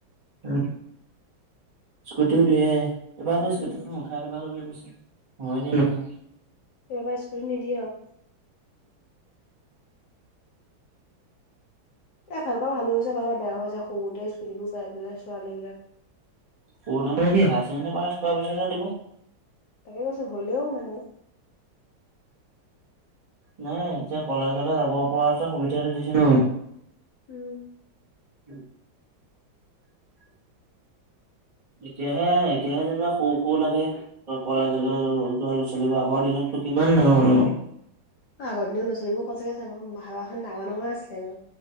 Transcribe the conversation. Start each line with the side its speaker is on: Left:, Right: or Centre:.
Right: উম। স্কুটিও দিয়ে, এইবাৰ আকৌ স্কুটিখন
Left: উম,
Right: উঠাই পেলালো বুলি কৈছে। হয়নে নহয়?
Left: এইবাৰ স্কুটি নিদিয়ে আৰু। এ ভাল পাওঁ ভালো হৈছে ভাল বেয়াও হৈছে সৰুতে স্কুটিবোৰ পাই পেলাই ছোৱালী বিলাক
Right: সৰুতে মানে কি হায় চেকেনদি পাঁচ কৰা পিছত হে দিব।
Left: তাকে কৈছো হ'লেও মানে।
Right: নাই এতিয়া কলেজলে যাব পৰাতে সুবিধাটো দিছে ন।
Left: উম।
Right: উ <unintelligible> এতিয়াহে এতিয়াহে যেনিবা সৰু সৰু লাগে। কলেজলৈ
Left: উম,
Right: যোৱা ল'ৰা ছোৱালী বোৰ, আগৰ দিনত টো কিমান ডাঙৰ ডাঙৰ
Left: অ, আগৰ দিনত লৰা- ছোৱালীবো সচাকে চাব ভাবাখন ডাঙৰ ডাঙৰে আছিলে ক।